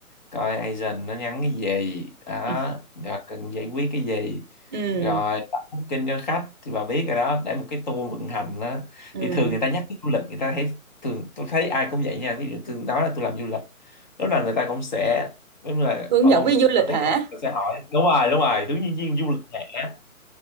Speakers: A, on the left; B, on the right.
A: coi agent nó nhắn cái gì đó
B: ừ
A: rồi cần giải quyết cái gì
B: ừ
A: rồi đặt kinh cho khách thì bà biết rồi đó để một cái tour vận hành đó
B: ừ.
A: thì thường người ta nhắc tới du lịch người ta thấy thường tôi thấy ai cũng vậy nha ví dụ tôi nói là tôi làm du lịch lúc nào người ta cũng sẽ đúng là
B: hướng
A: automatic
B: dẫn viên du lịch hả
A: luôn người ta sẽ hỏi đúng rồi đúng rồi hướng nhân viên du lịch hả